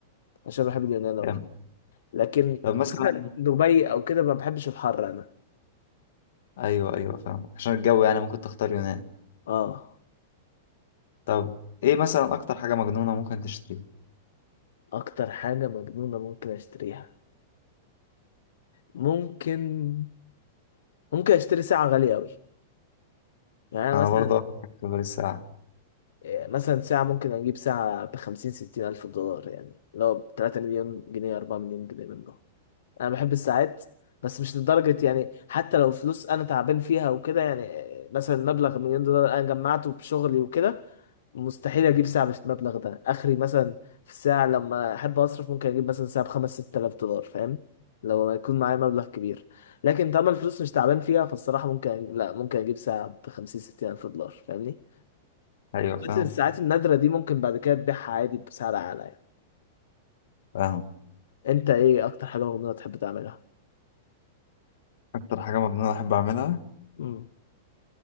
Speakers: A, on the left (about 85°); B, on the left (about 70°).
A: عشان بحب اليونان
B: جامد.
A: قوي لكن
B: طب مثلا
A: مثلا دبي او كده ما بحبش الحر انا
B: ايوه ايوه فاهم عشان الجو يعني ممكن تختار يونان
A: اه
B: طب ايه مثلا اكتر حاجه مجنونه ممكن تشتريها
A: اكتر حاجه مجنونه ممكن اشتريها ممكن ممكن اشتري ساعه غاليه قوي يعني أنا
B: انا
A: مثلا
B: برضه اكتر حاجه في الساعه
A: مثلا ساعه ممكن اجيب ساعه ب 50 60 الف دولار يعني لو ب 3 مليون جنيه 4 مليون جنيه منه انا بحب الساعات بس مش لدرجه يعني حتى لو فلوس انا تعبان فيها وكده يعني مثلا مبلغ مليون دولار انا جمعته بشغلي وكده مستحيل اجيب ساعه بالمبلغ ده اخري مثلا في الساعه لما احب اصرف ممكن اجيب مثلا ساعه بخمس ست آلاف دولار فاهم لو ما يكون معايا مبلغ كبير لكن طالما الفلوس مش تعبان فيها فالصراحه ممكن لا ممكن اجيب ساعه بخمسين ستين الف دولار فاهمني
B: ايوه فاهم
A: بس الساعات النادره دي ممكن بعد كده تبيعها عادي بسعر اعلى يعني
B: فاهم
A: انت ايه اكتر حاجه مجنونه تحب تعملها
B: اكتر حاجه مجنونه احب اعملها
A: امم